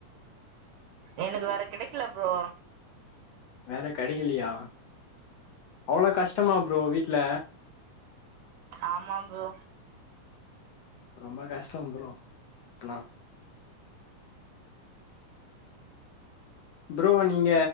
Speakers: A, on the right (about 80°); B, on the left (about 75°).
A: எனக்கு வேற கெடைகல ப்ரோ
B: வேற கெடைக்கலியா அவ்ளோ கஷ்டமா ப்ரோ வீட்ல
A: ஆமா ப்ரோ
B: ரொம்ப கஷ்டொம் ப்ரோ அனா ப்ரோ நீங்க